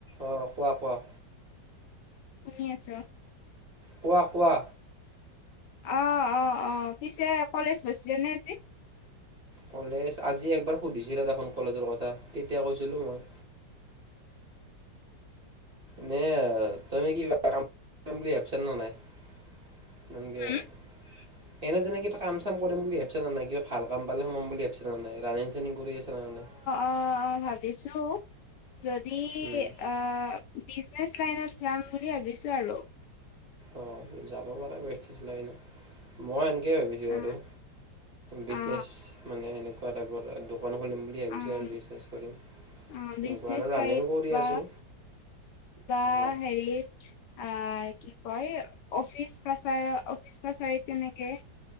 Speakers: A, on the right (about 35°); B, on the left (about 75°).
A: অঁ, কোৱা, কোৱা।
B: শুনি আছ'?
A: কোৱা, কোৱা।
B: অ', অ' অ'। পিছে কলেজ গৈছিলেনে আজি?
A: কলেজ, আজি একবাৰ সুধিছিলা দেখোন কলেজৰ কথা, তেতিয়া কৈছিলো মই। নে, তুমি কিবা কামবুলি ভাৱিছা না নাই? <inaudible> এনে
B: উম
A: ধৰণে কি কাম- চাম কৰিম বুলি ভাবিছা না নাই? কিবা ভালকাম পালে সোমাম বুলি ভাৱিছা না নাই? ৰানিং -চানিং কৰি আ না, না।
B: অঁ--অঁ', ভাৱিছোঁ। যদি
A: উম
B: আ বিজনেছ লাইনত যাম বুলি ভাবিছোঁ। আৰু
A: অঁ, যাব পাৰা বিজনেছ লাইনত। মই সেনকেই বিজি হৈ
B: অ
A: আছোঁ। বিজনেছ,
B: অ
A: মানে সেনেকুৱা টাইপৰ দোকান খুলিম বুলি ভাবিছোঁ
B: অ
A: আৰু
B: অ
A: বিজনেছ কৰিম।
B: অ
A: তেনেকুৱা
B: বিজনেচ
A: আৰু ৰাণিং
B: টাইপ
A: কৰি
B: বা
A: আছোঁ।
B: বা
A: অ
B: হেৰিত আঁ, কি কয়? অফিচ কাছাৰ অফিচ কাছাৰীত কেনেকে